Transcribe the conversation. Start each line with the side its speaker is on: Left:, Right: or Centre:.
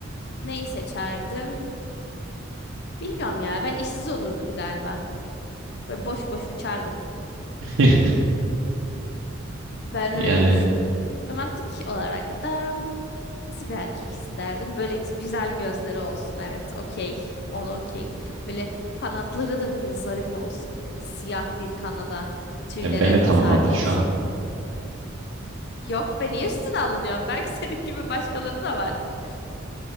Left: neyi seçerdim? Bilmiyorum ya ben işsiz olurdum galiba. Böyle boş boş uçardım.
Right: <laughs>
Left: Ben
Right: Yani
Left: öyle düşündüm. Romantik olarak da nasıl bir erkek isterdim? Böyle güzel gözleri olsun. Evet, okey. Ona okeyim. Böyle kanatları da böyle zarif olsun. Böyle siyah bir kanada tüylere
Right: e, beni tanımladı
Left: sahip olsun.
Right: şu an.
Left: Yok be niye üstüne alınıyorsun? Belki <laughs> senin gibi başkaları da vardır.